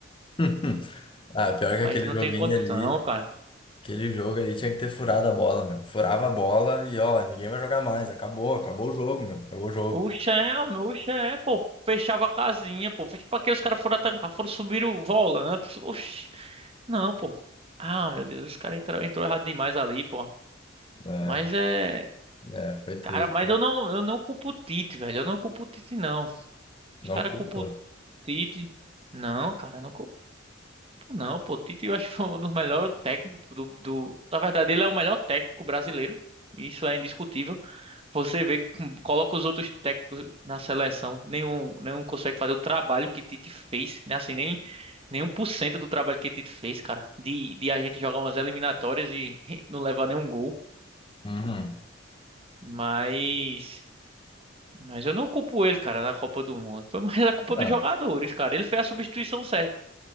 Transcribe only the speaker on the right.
mas
não
tem condição,
cara.
Oxe, é, meu, oxe, é, pô. Fechava a casinha, pô. Fez pra que os caras foram atacar, foram subir o volante. Oxe, não, pô. Ah, meu Deus, os caras entraram entrou errado demais ali, pô.
Mas é.
Cara, mas eu não, eu não culpo o Tite, velho. Eu não culpo o Tite, não. Os
caras
culpam o Tite. Não, cara, eu não culpo, não, pô. O Tite eu acho que foi um dos melhores técnicos do, do. Na verdade, ele é o melhor técnico brasileiro. Isso é indiscutível. Você vê, hum, coloca os outros técnicos na seleção, nenhum, nenhum consegue fazer o trabalho que Tite fez, né? Assim, nem nenhum por cento do trabalho que Tite fez, cara, de, de a gente jogar umas eliminatórias e <laughs> não levar nenhum gol.
Mas, mas eu não culpo ele, cara, na Copa do Mundo. Foi mais a culpa dos
jogadores, cara. Ele fez a substituição certa.